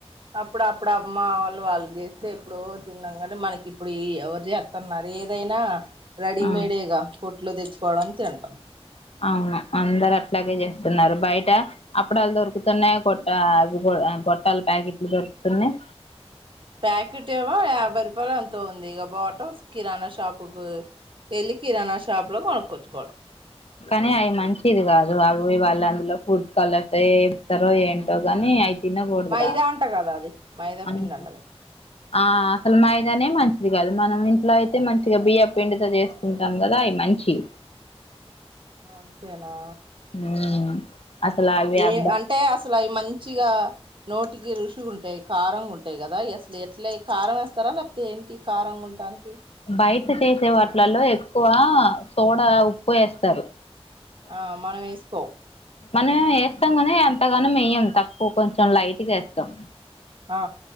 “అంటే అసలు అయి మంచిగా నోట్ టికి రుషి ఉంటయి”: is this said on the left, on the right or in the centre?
Right